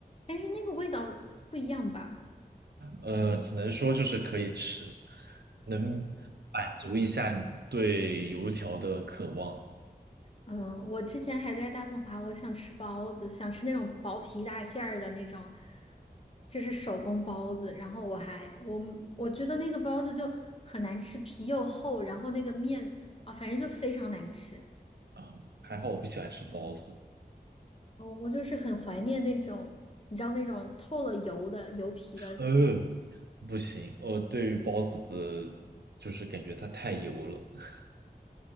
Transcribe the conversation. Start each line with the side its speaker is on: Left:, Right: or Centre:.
Left: 但是那个味道不一样吧？
Right: 呃，只能说就是可以吃，能满足一下你对油条的渴望
Left: 嗯、我之前还在大统华，我想吃包子，想吃那种薄皮大馅儿的那种，就是手工包子。然后我还我我觉得那个包子就很难吃，皮又厚，然后那个面啊，反正就非常难吃。
Right: 啊。还好我不喜欢吃包子，
Left: 哦，我就是很怀念那种，你知道那种透了油的油皮的。
Right: 呃，不行，我对于包子的，就是感觉它太油了。<laughs>